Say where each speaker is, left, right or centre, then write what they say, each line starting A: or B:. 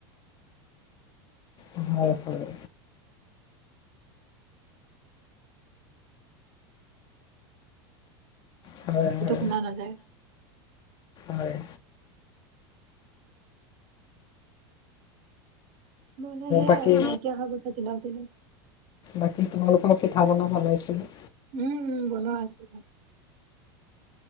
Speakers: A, on the left; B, on the right.
A: অ' হয় হয়
B: এইটো
A: হয়
B: শুনা নাযায়
A: হয়
B: মানে সেয়াই
A: বাকী
B: আৰু নাইকিয়া অহা পইচা তিলক তিলক
A: বাকী তোমালোকৰ পিঠা বনোৱা ভাল ছলে
B: উম উম বনোৱা আছে